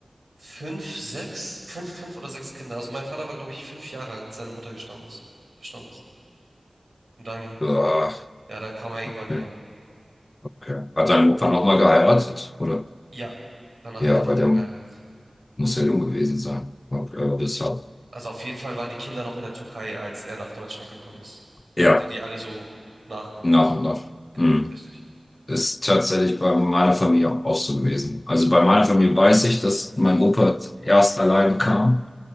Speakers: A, on the right; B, on the left.
A: fünf, sechs, fünf, fünf oder sechs Kinder. Also mein Vater war, glaube ich, fünf Jahre alt, als seine Mutter gestorben ist, verstorben ist. Und dann,
B: ah,
A: ja, dann kam er irgendwann
B: okay.
A: hierhin.
B: Okay. Hat dein Opa nochmal geheiratet, oder?
A: Ja, danach
B: Ja,
A: hat er nochmal
B: weil der
A: geheiratet.
B: muss ja jung gewesen sein. Ob er das hat.
A: Also auf jeden Fall waren die Kinder noch in der Türkei, als er nach Deutschland gekommen ist. Da
B: Ja,
A: hat er die alle so nachgeholt.
B: nach und nach.
A: Gen-
B: Hm.
A: Richtig.
B: Ist tatsächlich bei meiner Familie auch so gewesen. Also bei meiner Familie weiß ich, dass mein Opa erst alleine kam,